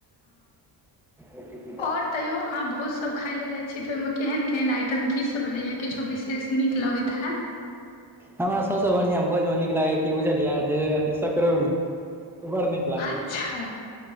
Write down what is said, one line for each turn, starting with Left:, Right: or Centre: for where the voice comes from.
Centre: ओ टी पी
Left: आओर तैयो अहाँ भोज सब खाय ले जाय छि त ओहि मे केहन केहन आइटम की सब रहैय किछो विशेष नीक लगति हेऽत
Centre: हमरा सभसँ बढ़िआँ भोज मे नीक लागैया कि बुझलियै जे अथी सकरौरी बड़ नीक लागैए
Left: अच्छा